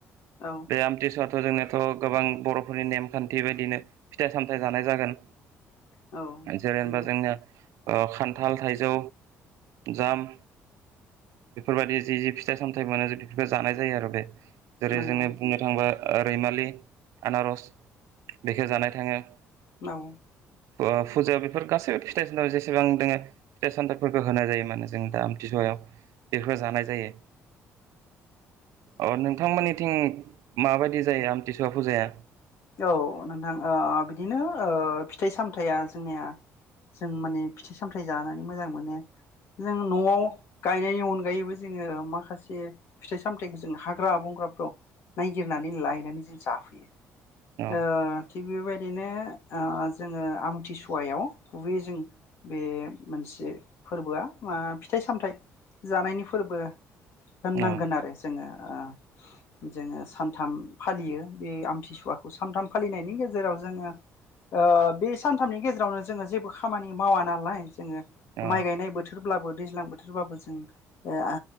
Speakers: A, on the left; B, on the right.
A: औ
B: बे आमथिसुवथ' जोंनियाथ' गोबां बर'फोरनि नेमखान्थि बायदिनो फिथाइ सामथायाइ जानाय जागोन।
A: औ
B: जेनबा
A: नंगौ
B: जोंनिया ओ खान्थाल थाइजौ जाम बेफोरबायदि जि जि फिथाइ सामथाइ मोनो बेफोरखौ जानाय जायो आरो बे जेरै
A: नंगौ
B: जोङो बुंनो थांबा रैमालि आनारस बेखौ जानाय थाङो
A: औ
B: अ फुजा बेफोर गासैबो फिथाइ सामथाइ जेसेबां दोङो फिथाइ सामथाइफोरखौ होनाय जायो माने जों दा आमथिसहायाव बेफोर जानाय जायो। अ नोंथांमोननिथिं माबायदि जायो आमथि स सुवा फुजाया <inaudible>
A: औ नोंथां ओ बिदिनो ओ फिथाइ सामथाइया जोंनिया जों माने फिथाइ सामथाइ जानानै मोजां मोनो जों न'आव गायनायनि अनगायैबो जोङो माखासे फिथाइ सामथाइखौ जों हाग्रा बंग्राफ्राव नायगिरनानै लायनानै जों जाफैयो।
B: औ
A: ओ थिग बेबाद दिनो ओ जोङो आमथिसुवायाव गुबै जों बे मोनसे फोरबोआ मा फिथाइ सामथायाइ जानायनि फोरबो। होननांगोन
B: औ
A: आरो जोङो। ओ जोङो सानथाम फालियो बे आमथिसुवा बे सानथाम फालिनायनि गेजेराव जोङो ओ बे सानथामनि गेजेरावनो जोङो जेबो खामानि मावा नालाय ङो
B: औ
A: माइ गायनाय बोथोरब्लाबो दैज्लां बोथोरबाबो जों ओ आ